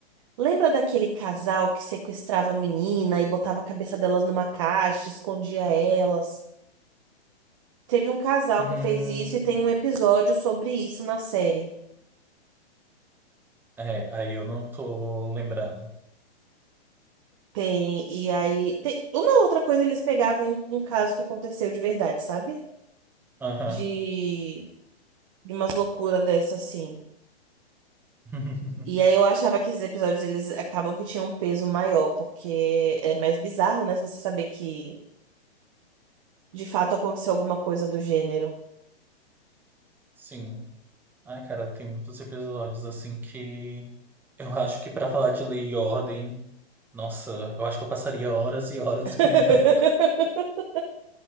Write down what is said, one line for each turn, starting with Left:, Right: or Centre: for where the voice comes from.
Right: Lembra daquele casal que sequestrava a menina e botava a cabeça delas numa caixa, escondia elas? Teve um casal
Centre: Hum,
Right: que fez isso e tem um episódio sobre isso na série.
Centre: é, aí eu não tô lembrado.
Right: Tem, e aí. Tem... Uma outra coisa, eles pegavam um um caso que aconteceu de verdade, sabe?
Centre: Aham.
Right: De, de umas loucuras dessas assim.
Centre: <laughs>
Right: E aí eu achava que esses episódios eles acabam que tinham um peso maior, porque é mais bizarro, né? Se você saber que de fato aconteceu alguma coisa do gênero.
Centre: Sim. Ai, cara, tem muitos episódios assim que eu acho que pra falar de lei e ordem, nossa, eu acho que eu passaria horas e horas
Right: <laughs>
Centre: comentando.